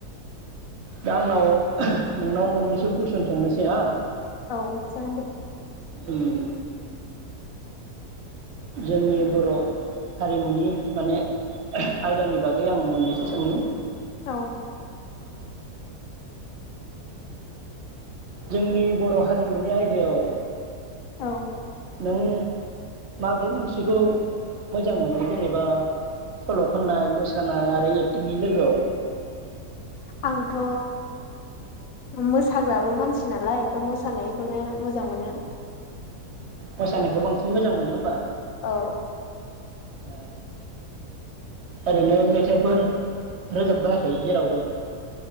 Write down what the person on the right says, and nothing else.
दा आंनाव नोंनाव मोननैसो कुइसन सोंनोसै हा।
उम। जोंनि बर हारिमुनि माने आयदानि बागै आङो मोननैसो सोंनि
जोंनि बर हारिमुनि आयदायाव
नों माबे मोनसेखौ मोजां मोनो जेनेबा सल खननाय मोसानाय आरो एक्टिंनि लोगोआव?
मोसानायखौ बांसिन मोजां मोनो होमबा?
ओ आरैनो मेथाइफोर रोजाब बायाखै जेरावबो?